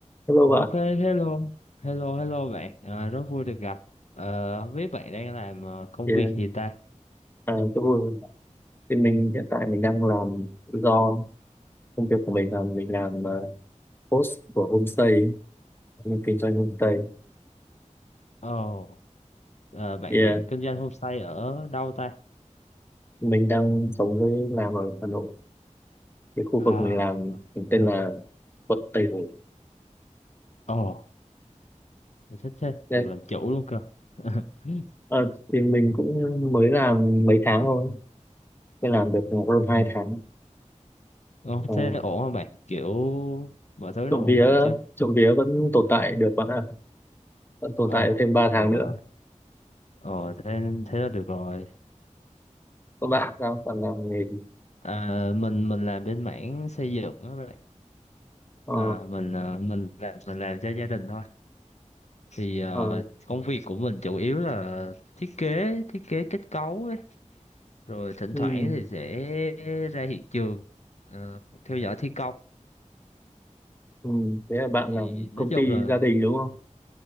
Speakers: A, on the left (about 15°); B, on the left (about 60°).
A: Hello bạn,
B: Ok, hello, hello, hello bạn, à, rất vui được gặp. Ờ, không biết bạn đang làm ờ, công
A: thì
B: việc gì ta?
A: à, tôi vui. Thì mình hiện tại mình đang làm do công việc của mình là mình làm ờ, host của homestay, ấy. mình kinh doanh homestay.
B: Ồ, ờ, bạn
A: Thì
B: bạn
A: à,
B: kinh doanh homestay ở đâu ta?
A: mình đang sống với làm ở Hà Nội. Cái khu
B: À,
A: vực mình làm mình tên là quận Tây Hồ.
B: ồ, thích thế,
A: Đấy.
B: được làm chủ luôn cơ. <laughs>
A: Ờ, thì mình cũng mới làm mấy tháng thôi, mới làm được hơn 2
B: Ừ.
A: tháng.
B: Ồ,
A: Ờ,
B: thế ổn không bạn? Kiểu mọi thứ
A: trộm
B: nó ổn
A: vía,
B: định chưa?
A: trộm vía vẫn tồn tại được bạn ạ, vẫn tồn
B: Ồ,
A: tại thêm 3 tháng
B: được
A: nữa.
B: rồi. Ồ, thế thế là được rồi.
A: Các bạn sao? Bạn làm nghề gì?
B: À, mình mình làm bên mảng xây dựng đó bạn.
A: Ờ,
B: À, mình ờ, mình làm mình làm cho gia đình thôi. thì ờ,
A: ờ.
B: công việc của mình chủ yếu là thiết kế thiết kế kết cấu ấy rồi thỉnh
A: Ừ.
B: thoảng thì sẽ ra hiện trường ờ, theo dõi thi công
A: Ừ, thế là bạn
B: thì
A: làm
B: nói
A: công
B: chung
A: ty
B: là
A: gia đình đúng không?